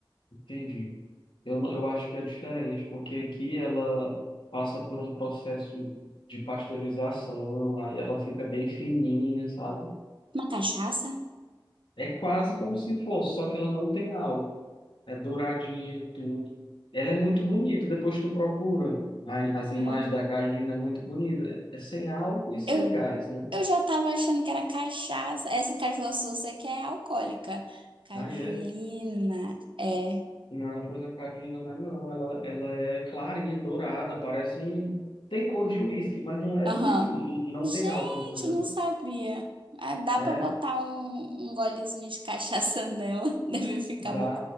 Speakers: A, on the left; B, on the right.
A: entendi. Eu, não- eu acho que é diferente, porque aqui ela passa por um processo de pasteurização, aí ela fica bem fininha, sabe?
B: Uma cachaça?
A: É quase como se fosse, só que ela não tem álcool. É douradinha e tudo. Ela é muito bonita, depois tu procura a- as
B: Uhum.
A: imagens da cajuína, é muito bonita. É é sem álcool e sem
B: Eu,
A: gás, né?
B: Eu já tava achando que era cachaça. Essa cajuaçu eu sei que é alcoólica. Cajuína.
A: Aí é.
B: É.
A: Não, pois a Cadinga não é não. Ela, ela é clarinha, dourada, parece um... Tem cor de uísque, mas não é
B: Aham.
A: uísque. e- e Não
B: Gente,
A: tem álcool, entendeu?
B: eu não sabia. Ah, dá
A: É
B: pra botar um, um golezinho de cachaça nela. <laughs> Deve ficar
A: da
B: bom.